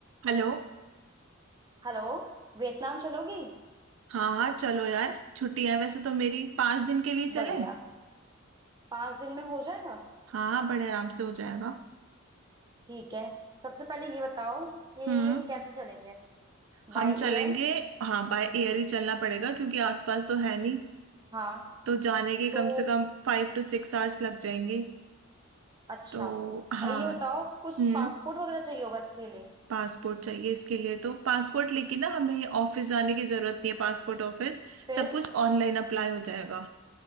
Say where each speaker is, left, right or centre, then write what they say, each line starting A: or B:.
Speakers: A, on the right; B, on the right.
A: हेलो
B: Hello Vietnam चलोगी
A: हाँ हाँ चलो यार छुट्टी है वैसे तो मेरी पांच दिन के लिए चले
B: बढ़िया पाँच दिन में हो जाएगा
A: हाँ हाँ बड़े आराम से हो जाएगा
B: ठीक है सबसे पहले ये बताओ कि
A: हम्म
B: कैसे चलेंगे
A: हम
B: By air
A: चलेंगे हाँ बाय एयर ही चलना पड़ेगा क्योंकि आसपास तो है नहीं
B: हाँ
A: तो जाने के
B: तो
A: कम से कम फाइव टू सिक्स आवर्स लग जाएंगे
B: अच्छा
A: तो हाँ
B: और ये बताओ कुछ
A: हम्म
B: पासपोर्ट वगैरह चाहिए होगा इसके लिए
A: पासपोर्ट चाहिए इसके लिए तो पासपोर्ट लेके ना हमें ऑफिस जाने की जरूरत नहीं है पासपोर्ट ऑफिस
B: फिर
A: सब कुछ ऑनलाइन अप्लाई हो जाएगा